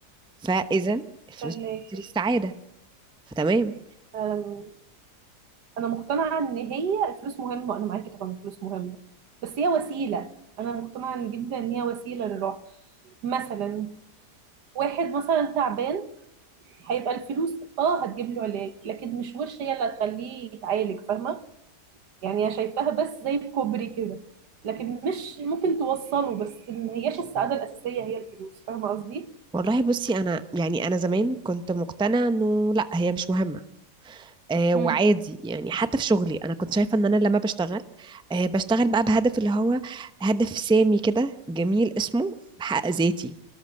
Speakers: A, in the centre; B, on the right.
A: فاذا الفلوس
B: فهماكي
A: بتشتري السعادة فتمام
B: أم، انا مقتنعه ان هي الفلوس مهمه انا معاكي طبعا الفلوس مهمه بس هي وسيله انا مقتنعه جدا ان هي وسيله للراحه مثلا واحد مثلا تعبان هيبقى الفلوس اه هتجيب له علاج لكن مش وش هي اللي هتخليه يتعالج فاهمه يعني انا شايفاها بس زي كوبري كده لكن مش ممكن توصله بس ما هياش السعاده الاساسيه هي الفلوس فاهمه قصدي
A: والله بصي انا يعني انا زمان كنت مقتنعة انه لا هي مش مهمة آه وعادي
B: امم
A: يعني حتى في شغلي انا كنت شايفه ان انا لما بشتغل آه بشتغل بقى بهدف اللي هو هدف سامي كده جميل اسمه بحقق ذاتي